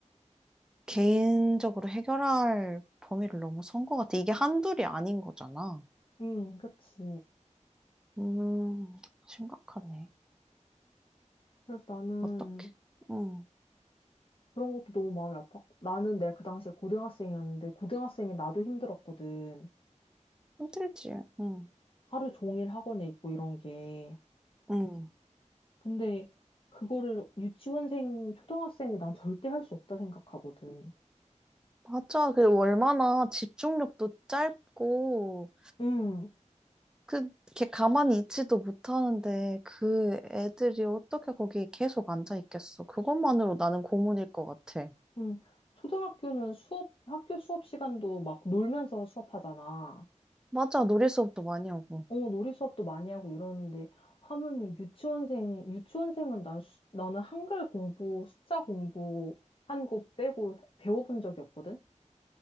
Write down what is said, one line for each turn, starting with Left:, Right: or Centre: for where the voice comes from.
Centre: 개인적으로 해결할 범위를 너무 선 것 같아. 이게 한둘이 아닌 거잖아.
Left: 응, 그치.
Centre: 음, 심각하네.
Left: 그래서 나는
Centre: 어떡해. 응,
Left: 그런 것도 너무 마음이 아팠고. 나는 내가 그 당시에 고등학생이었는데, 고등학생인 나도 힘들었거든.
Centre: 힘들지. 응,
Left: 하루 종일 학원에 있고 이런 게.
Centre: 응.
Left: 근데 그거를 유치원생, 초등학생이 난 절대 할 수 없다 생각하거든.
Centre: 맞아. 그 얼마나 집중력도 짧고,
Left: 응,
Centre: 그, 걔 가만히 있지도 못하는데, 그 애들이 어떻게 거기 계속 앉아 있겠어. 그것만으로 나는 고문일 것 같아.
Left: 응. 초등학교는 수업, 학교 수업 시간도 막 놀면서 수업하잖아.
Centre: 맞아. 놀이 수업도 많이 하고.
Left: 어, 놀이 수업도 많이 하고 이러는데, 하물며 유치원생, 유치원생은 난, 수- 나는 한글 공부, 숫자 공부 한 거 빼고 배워본 적이 없거든?